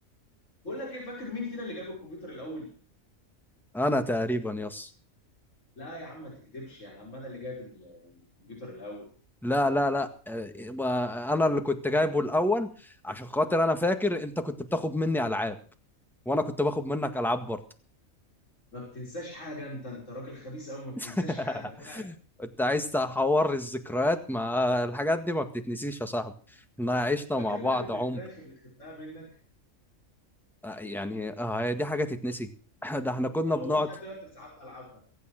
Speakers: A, on the left; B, in the centre.
A: بقول لك ايه فاكر مين فينا اللي جاب الكمبيوتر الاول
B: انا تقريبا يس
A: لا يا عم ما تكدبش يا عم انا اللي جاب ال- الكمبيوتر الاول
B: لا لا لا آه، يبقى انا اللي كنت جايبه الاول عشان خاطر انا فاكر انت كنت بتاخد مني العاب وانا كنت باخد منك العاب برضه
A: ما بتنساش حاجه انت انت راجل خبيث قوي ما بتنساش
B: <laughs>
A: حاجه فعلا
B: انت عايز تحور الذكريات ما الحاجات دي ما بتتنسيش يا صاحبي احنا عشنا
A: فاكر
B: مع
A: لعبه
B: بعض
A: الفراخ
B: عمر
A: اللي خدتها منك
B: آه، يعني آه، هي دي حاجه تتنسي <laughs> ده احنا كنا
A: انا
B: بنقعد
A: والله لحد دلوقتي ساعات بلعبها